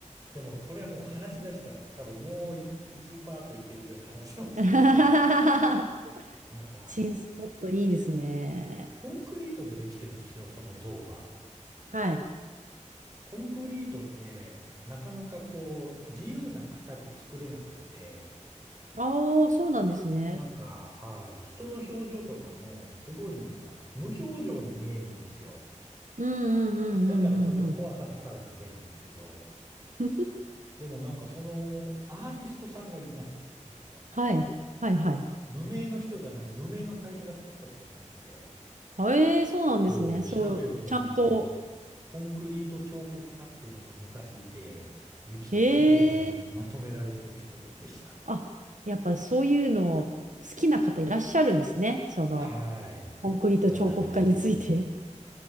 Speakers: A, on the right; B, on the right.
A: でもこれはもう話し出したら多分もうい1パートいけるぐらい話しますけど、
B: <laughs>
A: <laughs> なんか、
B: 新スポットいいですね。
A: コンクリートでできてるんですよ、その像が。
B: はい。
A: コンクリートってなかなかこう自由な形作れなくって、
B: ああ、そうなんですね。
A: なんか、はい、人の表情とかもすごいなんか無表情に見えるんですよ。
B: うんうんうんうんうん
A: だからちょっと怖さがさらに出るんですけど、
B: うん。
A: でもなんかそのアーティストさんがいまして、実は。
B: はい。はいはい。
A: 無名の人がなんか無名の会社が作ったとかじゃなくて、
B: あえーそうなんですね。
A: そう、
B: そう、
A: 調べるとね、
B: ちゃんと。
A: コンクリート彫刻家っていうのが昔いて、ウィキペディアでもまとめられてる人でした。
B: ええーあ、やっぱそういうの好きな方いらっしゃるんですね。その、
A: はい。
B: コンクリート彫刻家について。
A: そうなんですよ。